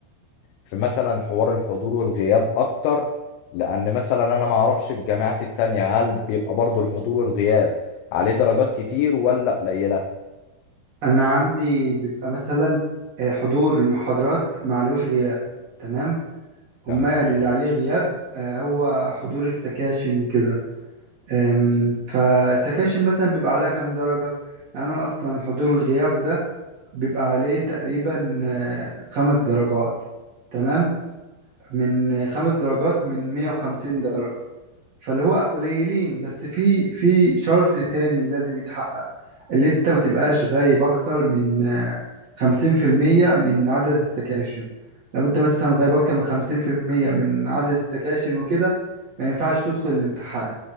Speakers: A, on the left; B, on the right.
A: في مثلا حوار الحضور والغياب اكتر لان مثلا انا ما اعرفش الجامعات التانية هل بيبقى برضو الحضور والغياب عليه درجات كتير ولا قليلة
B: انا عندي بيبقى مثلا آه، حضور المحاضرات معلوش غياب تمام
A: تمام
B: أمال اللي
A: اه
B: عليه غياب آه، هو حضور السكاشن وكده آم، فسكاشن مثلا بيبقى عليها كام درجة يعني أنا أصلا حضور الغياب ده بيبقى عليه تقريبا آه، خمس درجات تمام من آه، خمس درجات من مية وخمسين درجة فاللي هو قليلين بس في في شرط تاني لازم يتحقق اللي انت ما تبقاش غايب اكتر من آه، خمسين في المية من عدد السكاشن لو انت مثلا غايب اكتر من خمسين في المية من عدد السكاشن وكده ما ينفعش تدخل الامتحان